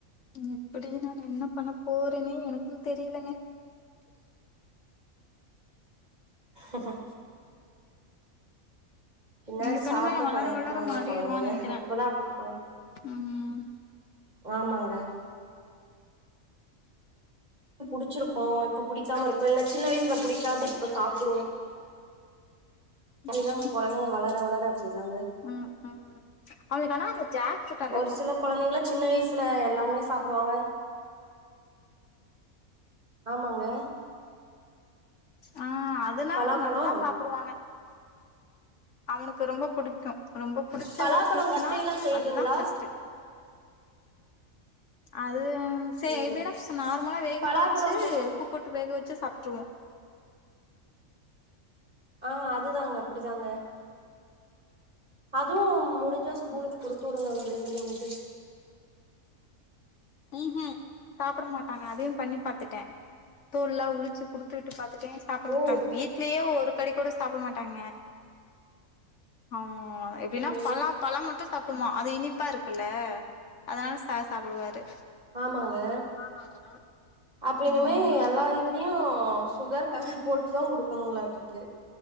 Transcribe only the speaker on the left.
எப்டி நான் என்ன பண்ண போறேனே எனக்கு தெரிலங்க
நீங்க சொன்ன
மாரி அவ வளர
வளர மாறிருவா
நெனைக்கிறே
ம்
ம்
ம் ம் அதுனால அவ ஜாக் ஃப்ரூட்டா
ஆ அதுனா
நல்லா சாப்டுவாங்க அவனுக்கு ரொம்ப புடிக்கு ரொம்ப புடுச்ச
ஒரு ஃப்ரூட்னா
அதுதா ஃபர்ஸ்ட்டு அது செ
எப்டினா சும் நார்மலா வேக
வச்சு
உப்பு போட்டு வேக வச்சு சாப்ட்ருவோ
ம்
ம்ஹூம் சாப்ட மாட்டாங்க அதையும் பண்ணி பாத்துட்டே தோல்லா உழுச்சு குடுத்து விட்டு பாத்துட்டே சாப்ட
மாட்டாங்க வீட்லயே ஒரு கடி கூட சாப்ட மாட்டாங்க அவோ எப்டின்னா
பலா பழம் மட்டு சாப் டுவா அது இனிப்பா இருக்குல்ல அதனால சார் சாப்டுவாரு
ஆமாங்க
ம்